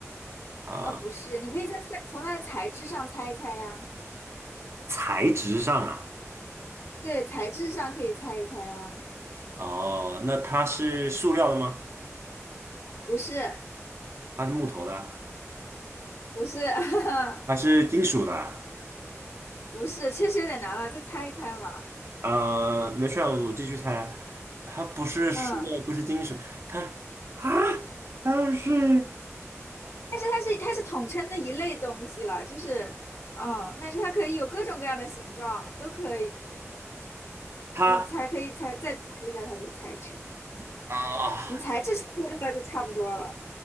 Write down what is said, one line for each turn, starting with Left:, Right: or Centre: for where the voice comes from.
Right: 啊、
Left: 啊，不是，你可以在猜从它的材质上猜一猜呀，
Right: 材质上啊，
Left: 对，材质上可以猜一猜啊，
Right: 哦，那它是塑料的吗？
Left: 不是
Right: 它是木头的啊？
Left: 不是。<laughs>
Right: 它是金属的啊？
Left: 不是，确实有点难了，再猜一猜嘛。
Right: 呃，没事儿，我继续猜，它不是塑料，
Left: 嗯，
Right: 不是金属。它。啊，它是
Left: 但是它是它是统称的一类东西了，就是嗯，但是它可以有各种各样的形状，都可以。
Right: 它
Left: 你才可以猜再猜一下它的材质。嗯，
Right: 啊，
Left: 你材质猜到了就差不多了。